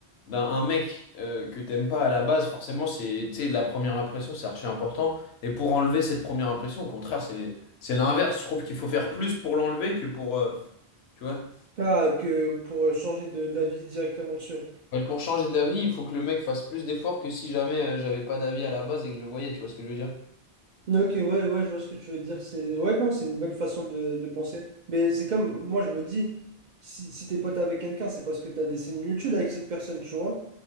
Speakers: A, on the left (about 75°); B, on the right (about 55°).
A: d'un un mec euh, que t'aimes pas à la base, forcément, c'est tu sais, la première impression, c'est archi important. Et pour enlever cette première impression, au contraire, c'est c'est l'inverse. Je trouve qu'il faut faire plus pour l'enlever que pour euh, tu vois.
B: Ah, que pour changer de d'avis directement dessus.
A: Ouais, Pour changer d'avis, il faut que le mec fasse plus d'efforts que si jamais euh, j'avais pas d'avis à la base et que je le voyais, tu vois ce que je veux dire?
B: Ok, ouais, ouais, je vois ce que tu veux dire. C'est, ouais, non, c'est une bonne façon de, de penser. Mais c'est comme, moi, je me dis, si, si t'es pote avec quelqu'un, c'est parce que t'as des similitudes avec cette personne, tu vois.